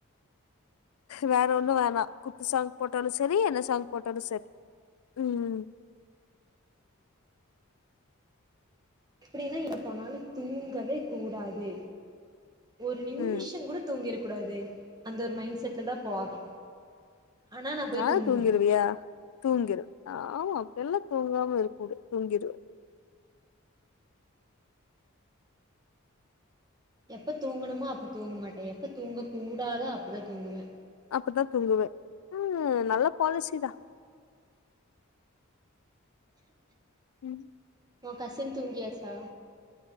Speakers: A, on the left; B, on the right.
A: வேறொண்ணு வேணா குத்து சாங் போட்டாலு சரி என்ன சாங் போட்டாலு சரி ம்
B: எப்டின்னா எங்க போனாலு தூங்கவே கூடாது ஒரு நிம்மிஷ
A: ம்
B: கூட தூங்கிற கூடாது அந்த ஒரு மைண்ட் செட்ல தா போவே ஆனா போய்
A: நா
B: தூங்கிருவே
A: தூங்கிருவியா தூங்கிரு ஆமா அப்ப எல்லா தூங்காம இருக்கூடு தூங்கிருவ
B: எப்போ தூங்கணுமோ அப்போ தூங்கமாட்டே எப்போ தூங்கக்கூடாதோ அப்போ தா தூங்குவ
A: அப்பதா தூங்குவே ஆ நல்ல பாலிசி தா ம்
B: உ கசின் தூங்கியாச்சா